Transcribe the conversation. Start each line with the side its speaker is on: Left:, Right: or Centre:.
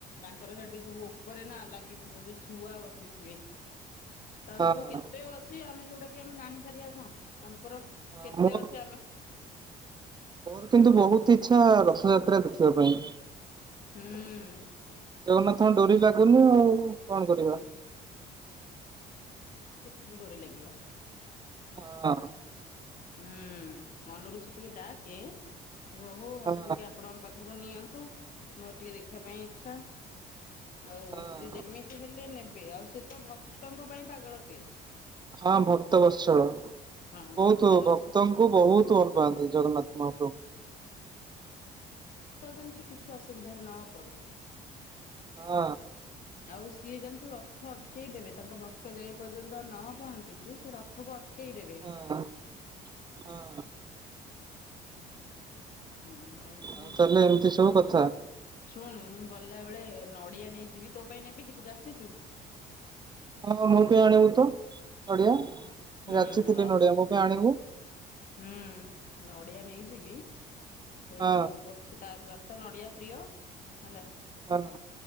Left: ର ସେଠି ସବୁ ଉପରେ ନା ଲାଗିଥିବ ଯୋଉ ଶୁଆ ବସିଥିବେ। ତ ଏମିତି
Right: ହଁ।
Left: ସବୁ କେତେ ଅଛି ଆମେ ଯୋଉଟା କି ଆମେ ଜାଣିପାରିବା କଣ। ତାଙ୍କର
Right: ହଁ
Left: କେତେ
Right: ମୋର
Left: ଅଛି, ଆମେ
Right: ମୋର କିନ୍ତୁ ବହୁତ ଇଚ୍ଛା ରଥଯାତ୍ରା ଦେଖିବା ପାଇଁ। ଜଗନ୍ନାଥଙ୍କ
Left: ହୁଁ
Right: ଡୋରି ଲାଗୁନି ଆଉ କଣ କରିବା।
Left: ଠୁଁ <unintelligible> ଡୋରି ଲାଗିବ।
Right: ହଁ।
Left: ହୁଁ ମନରୁ ସେତିକି ଡାକେ ହୋ ମତେ
Right: ହଁ
Left: ଟିକେ ଆପଣଙ୍କ ପାଖକୁ ନିଅନ୍ତୁ ମୋର ଟିକେ ଦେଖିବା ପାଇଁ ଇଚ୍ଛା। ହଉ
Right: ହଁ।
Left: ସେ ଯେମିତି ହେଲେ ନେବେ ଆଉ ସେ ତ ଭକ୍ତଙ୍କ ପାଇଁ ପାଗଳ ସେ
Right: ହଁ ଭକ୍ତ ବତ୍ସଳ
Left: ହଁ ଭକ୍ତ
Right: ବହୁତ
Left: ବର୍ଷ
Right: ଭକ୍ତଙ୍କୁ ବହୁତ ଭଲ ପାଆନ୍ତି ଜଗନ୍ନାଥ ମହାପ୍ରଭୁ।
Left: ତ ଯେମିତି କିଛି ଅସୁବିଧାରେ ନ ପଡୁ।
Right: ହଁ।
Left: ଆଉ ସିଏ ଜାଣିଛୁ ରଥ ଅଟକେଇ ଦେବେ ତାଙ୍କ ଭକ୍ତ ଯେ ପର୍ଯ୍ୟନ୍ତ ନ ପହଞ୍ଚିଛି, ସେ ରଥକୁ ଅଟ କେଇ ଦେବେ।
Right: ହଁ ହଁ
Left: ହୁଁ କଣ
Right: ଆଉ
Left: କରିବା।
Right: ତାହେଲେ ଏମିତି ସବୁ କଥା।
Left: ଶୁଣୁ ମୁଁ ଗଲା ବେଳେ ନଡିଆ ନେଇଯିବି, ତୋ ପାଇଁ ନେବି କି ତୁ ଯାଚିଛୁ?
Right: ହଁ ମୋ ପାଇଁ ଆଣିବୁ ତ। ନଡିଆ, ମୁ
Left: ହଁ ହୁଁ
Right: ଯାଚଥିଲି
Left: ନ
Right: ନଡ଼ିଆ, ମୋ ପାଇଁ ଆଣିବୁ।
Left: ହୁଁ ନଡିଆ ନେଇଯିବି, ସେ
Right: ହଁ
Left: ଭୋଗ, ସେ ତାଙ୍କର ତ ନଡ଼ିଆ ପ୍ରିୟ, ହେଲା
Right: ହଁ।